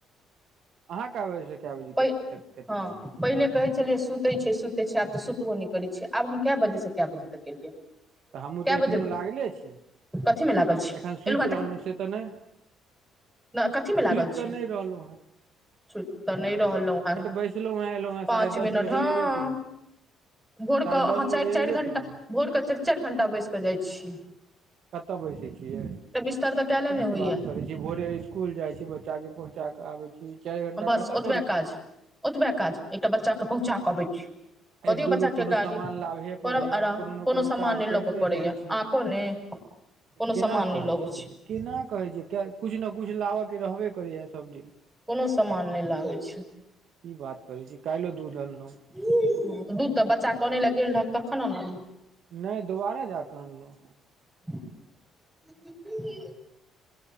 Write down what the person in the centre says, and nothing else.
पै
हँ
पहिले कहै छलियै सुतै छै सुतै छै आब तऽ सुतबो नहि करैत छियै आब हम कए बजेसँ कए बजे तक एलियै
कए
बजे
कथी मे लागल छी
एलहुँ हेँ
तऽ कथी मे
लागल छी
सुति तऽ नहि रहलहुँ हँ
पाँच
मिनट
हँ
भोरके
अहाँ चारि
चारि
घण्टा
भोरके चारि चारि घण्टा बैसि कऽ जाइ छियै
एकटा बिस्तर तऽ कयले
नहि होइया
बस
ओतबे
काज ओतबे काज एकटा बच्चा कऽ पहुँचा कऽ आबै छी कऽ
दियौ
बच्चाके
गाड़ी
करब
आराम
सामान
नहि लबय
पड़ैया
अहाँ को ने कोनो
सामान नहि
लबै
कोनो सामान नहि लागै छै
हँ त दूध तऽ बच्चा कऽ आने लऽ गेल रहक तखनल अनलहक
<inaudible>